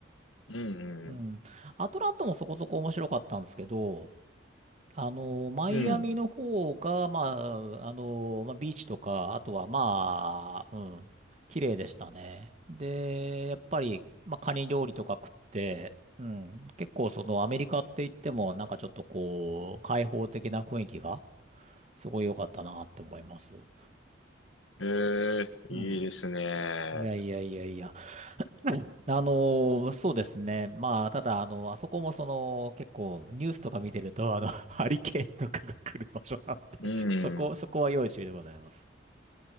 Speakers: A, on the left; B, on the right.
A: うん、
B: うん。
A: うん。
B: アトランタもそこそこ面白かったんですけど、あの、マイアミの方が、
A: うん。
B: まあ、あの、まあ、ビーチとか、あとはまあ、うん、綺麗でしたね。で、やっぱり、まあ、カニ料理とか食って、うん、結構そのアメリカって言っても、なんかちょっとこう、開放的な雰囲気が、すごい良かったなって思います。
A: えー、
B: うん。
A: いいですね。
B: いやいやいやいや。はいあのーそうですね。まあ、ただ、あの、あそこもその、結構、ニュースとか見てると、あの、<laughs> ハリケーンとかが来る場所なんで、
A: う
B: <laughs> そこ、
A: ん。
B: そこは要注意でございます。